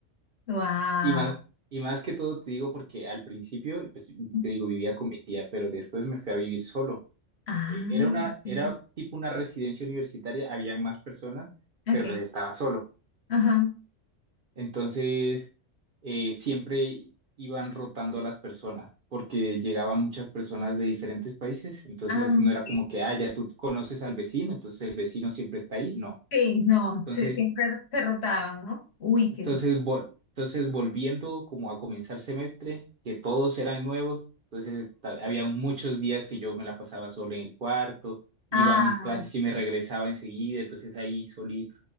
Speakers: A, on the left; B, on the right.
A: Wow.
B: Y más, y más que todo te digo porque al principio, pues
A: <gasps>
B: te digo, vivía con mi tía, pero después me fui a vivir solo.
A: Ah,
B: Eh, Era una,
A: sí.
B: era tipo una residencia universitaria, habían más personas,
A: ok.
B: pero pues estaba solo.
A: Ajá.
B: Entonces, eh, siempre iban rotando a las personas porque llegaban muchas personas de diferentes países. Entonces,
A: Ah,
B: no
A: ok.
B: era como que, ah, ya tú conoces al vecino, entonces el vecino siempre está ahí. No.
A: Sí, no,
B: Entonces,
A: se- siempre se rotaban, ¿no? Uy,
B: entonces,
A: qué.
B: vol- entonces volviendo como a comenzar semestre, que todos eran nuevos, entonces ta- había muchos días que yo me la pasaba solo en el cuarto, iba
A: Ah,
B: a mis clases y me regresaba enseguida, entonces ahí solito.